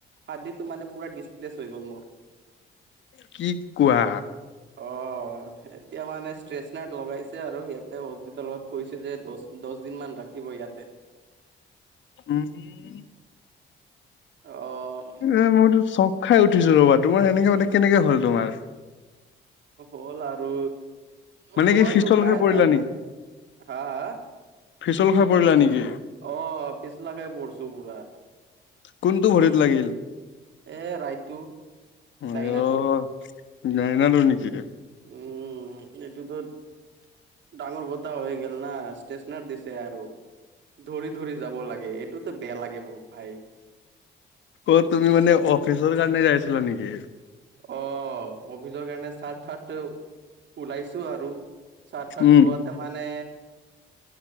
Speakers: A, on the right (about 65°); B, on the left (about 70°).
A: হাদ্দিটো মানে পুৰা ডিচপ্লেছ হৈ গ'ল মোৰ।
B: কি কোৱা।
A: অ', এতিয়া মানে ষ্ট্ৰেচনেট লগাইছে আৰু ইয়াতে হস্পিতালত কৈছে যে দচ দশদিন মান ৰাখিব ইয়াতে।
B: উম্।
A: অ',
B: এ মইতো চক খাই উঠিছো ৰ'বা, তোমাৰ এনেকে মানে কেনেকে হ'ল তোমাৰ।
A: হ'ল আৰু
B: মানে
A: হোৱাটো
B: কি ফিচল
A: কাই
B: খাই পৰিলা
A: জানে, হা হা।
B: পিচল খাই পৰিলা নেকি?
A: অ', পিচল খাই পৰিছোঁ পুৰা।
B: কোনটো ভৰিত লাগিল।
A: এ ৰাইটটো
B: হয়
A: ডাইনাটো
B: অ'। দাইনাটো নেকি?
A: উম্, এইটোতোত- ডাঙৰ কথা হৈ গ'ল না, ষ্টেশনাচ‌ দিছে আৰু। ধৰি ধৰি যাব লাগে, এইটোতো বেয়া লাগে বহুত ভাই।
B: অ', তুমি মানে অফিচৰ কাৰণে যাই আছিলা নেকি?
A: অ', অফিচৰ কাৰণে চাৰ্ট থাৰ্ট ওলাইছোঁ আৰু। চাৰ্ট থাৰ্ট
B: উম
A: ওলোৱাত ত মানে,